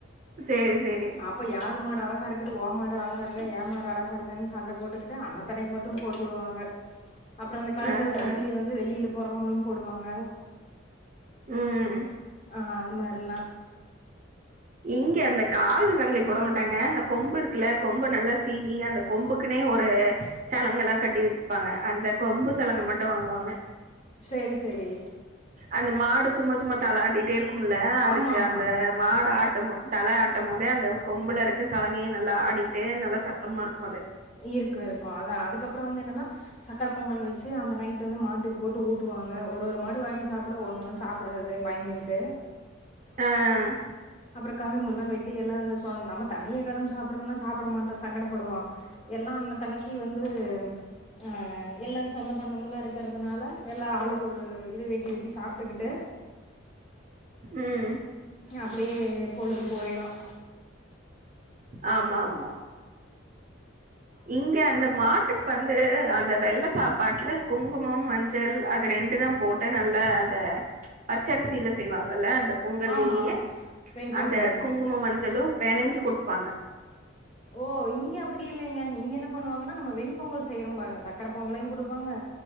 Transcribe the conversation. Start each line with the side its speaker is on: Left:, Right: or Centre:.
Right: சேரி சேரி
Left: அப்ப யாரு மாடா அழகா இருக்குது ஓ மாடு அழகா இருக்க ஏ மாடு அழகா இருக்கன்னு சண்டை போட்டுக்கிட்டு அன்னத்தனைக்கு மட்டும் போட்டு விடுவாங்க அப்புறம் அந்த கழுத்துல
Right: ஆ
Left: சங்கிலி
Right: ஆ
Left: வந்து வெள்ளியில போறவங்களும் போடுவாங்க
Right: ம்
Left: ஆ அது மாரி இல்ல
Right: இங்க அந்த கால் சங்கிலி போட மாட்டாங்க அந்த கொம்பு இருக்கு கொம்புருக்குல கொம்பு நல்லா சீவி அந்த கொம்புக்குன்னே ஒரு சலங்கை எல்லாம் கட்டிவச்சிருபாங்க அந்த கொம்பு சலங்க மட்டும் வாங்குவாங்க
Left: சேரி சேரி
Right: அந்த மாடு சும்மா சும்மா தலாட்டிட்டே இருக்கும் அதுக்கு
Left: ஆமா ஆமா
Right: அந்த மாட ஆ தலை ஆட்டும் போதே அந்த கொம்புல இருக்கு சலங்கையை நல்லா ஆடிட்டு நல்லா சத்தமா இருக்கும் அது
Left: இருக்கும் இருக்கும் அத அதுக்கப்புறம் வந்து என்னன்னா சக்கரை பொங்கல் வச்சு அந்த நைட்டு வந்து மாட்டுக்கு போட்டு ஊட்டுவாங்க ஒரு ஒரு மாடு வாங்கி சாப்பிடும் ஒன்னு ஒன்னு சாப்பிடாது பயந்துகிட்டு
Right: ஆஹ்
Left: அப்புறம் கரும்பு எல்லாம் வெட்டி எல்லாம் அந்த நம்ம தனிய கரும்பு சாப்படுறதுனா சாப்பிட மாட்டோம் சங்கடப்படுவோ எல்லாம் அண்ணத்தனைக்க வந்து ஆஹ எல்லா சொந்த பந்தமலாம் இருக்கிறதுனால எல்லா ஆளுக்கு ஒரு இது வெட்டி வெட்டி சாப்பிட்டுக்கிட்டு
Right: ம்
Left: அப்படியே பொழுது போயிடும்
Right: ஆமா ஆமா இங்க அந்த மாட்டுக்கு வந்து அந்த வெள்ள சாப்பாட்டுல குங்குமம் மஞ்சள் அது ரெண்டு தான் போட்டு நல்லா அந்த பச்சரிசியில செய்வாங்கல்ல அந்த பொங்கல்லயே
Left: ஆமா வெண்பொங்கல்
Right: அந்த குங்கும மஞ்சளும் பெனஞ்சு கொடுப்பாங்க
Left: ஓ இங்க அப் அப்படி இலைங்க இங்க என்ன பண்ணுவாங்கன்னா நம்ம வெண்பொங்கல் செய்றோம் பாருங்க சக்கரை பொங்கலையும் குடுப்பாங்க